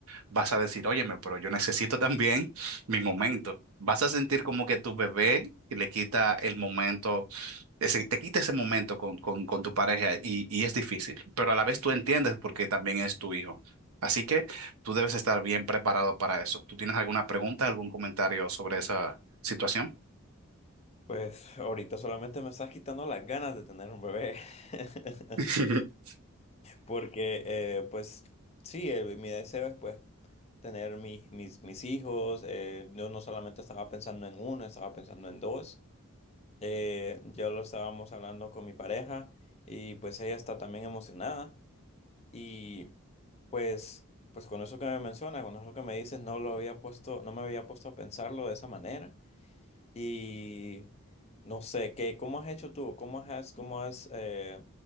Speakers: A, on the right; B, on the left.
A: vas a decir, óyeme, pero yo necesito también mi momento. Vas a sentir como que tu bebé le quita el momento, ese- te quita ese momento con, con, con tu pareja y, y es difícil, pero a la vez tú entiendes porque también es tu hijo. Así que tú debes estar bien preparado para eso. ¿Tú tienes alguna pregunta, algún comentario sobre esa situación?
B: Pues <laughs> ahorita solamente me estás quitando las ganas de tener un bebé. <laughs>
A: <laughs>
B: Porque eh, pues sí, el mi deseo es pues tener mis, mis, mis hijos. eh, yo no solamente estaba pensando en uno, estaba pensando en dos. Eh, ya lo estábamos hablando con mi pareja y pues ella está también emocionada. Y pues, pues con eso que me mencionas, con eso que me dices, no lo había puesto, no me había puesto a pensarlo de esa manera. Y no sé, ¿qué, cómo has hecho tú? ¿Cómo has, cómo has eh,